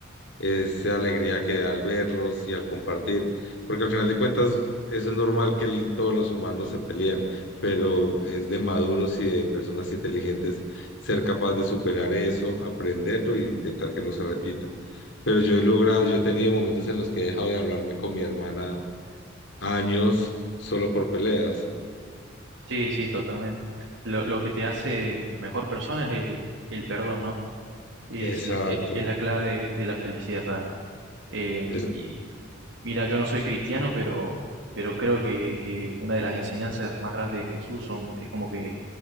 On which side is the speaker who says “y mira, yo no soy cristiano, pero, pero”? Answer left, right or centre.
Right